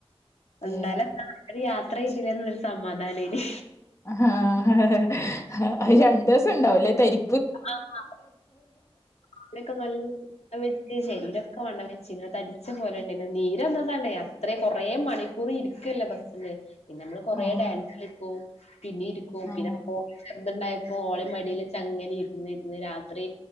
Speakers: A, on the left (about 25°); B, on the left (about 80°).
A: അതെ
B: എന്നാലന്താ ഒര് യാത്രയ്തില്ലേ എന്നുള്ളരു സമാധാനേന്
A: അത് രണ്ടുസം ഉണ്ടാവുല്ലേ തരി
B: <unintelligible> കാലൊക്കെ നൽ <unintelligible> വെച്ച് ശരീരൊക്കെ വണ്ണം വെച്ചിന്ന്. തടിച്ച പോലെണ്ടായിന്ന്. നീരന്താന്നറയാ അത്രയും കൊറെ മണിക്കൂറ് ഇരിക്കല്ലോ ബസ്സിന് പിന്നെമ്മള് കൊറേ
A: ഓഹ്
B: ഡാൻസ് കളിക്കും. പിന്നെ ഇരിക്കും.
A: ആഹ്
B: പിന്നെ <unintelligible> എന്ത്‌ണ്ടായപ്പോ ഓളീം മടിലച്ചങ്ങനെ ഇരുന്ന് ഇരുന്ന് രാത്രി